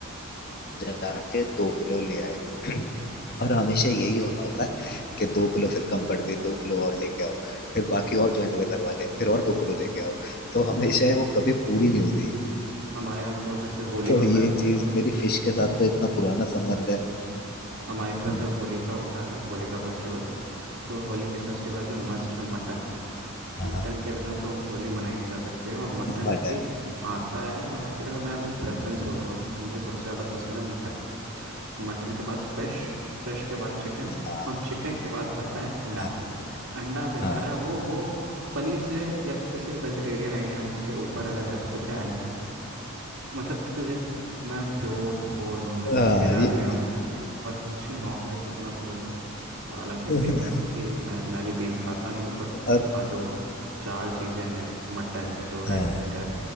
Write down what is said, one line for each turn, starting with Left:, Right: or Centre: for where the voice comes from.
Left: जाके दो किलो ले आए और हमेशा यही होना होता है कि दो किलो फिर कम पड़ गई दो किलो और लेके आओ फिर बाकी और ज्वाइन हो गए घर वाले फिर और दो किलो लेके आओ तो हमेशा है वो कभी पूरी नहीं होती
Right: हमारे यहाँ तो जैसे होली
Left: तो
Right: होता
Left: ये
Right: है
Left: चीज मेरी फिश के साथ तो इतना पुराना संबंध है
Right: हमारी तरफ
Left: हम्म,
Right: जब होली का होता है होली का फेस्टिवल तो होली के फेस्टिवल में मस्ट है मटन
Left: हाँ
Right: मटन के बिना तो होली मनाई नहीं जा सकती और मटन
Left: मटन
Right: भी आता है और क्योंकि अगर मैं अपना प्रेफरेंस बोलूँ ना तो मुझे सबसे ज़्यादा पसंद है मटन मटन के बाद फिश फिश के बाद चिकन
Left: हाँ
Right: और चिकन के बाद आता है अंडा
Left: हाँ
Right: अंडा बेचारा
Left: हाँ
Right: वो वो पनीर से या फिर किसी भी वेजिटेरियन आइटम के ऊपर अगर है तो कुछ है अंडा मतलब कि मुझे मैं प्योर कोर नॉन वेजिटेरियन
Left: हाँ,
Right: आदमी
Left: ये
Right: हूँ और मुझे नॉन वेज इतना पसंद है हालांकि वही
Left: <laughs>
Right: बात है कि मैं मैं भी बीफ खाता नहीं हूँ बट
Left: और
Right: हाँ जो चार चीज़ें हैं मटन जो रेड
Left: हाँ
Right: मीट है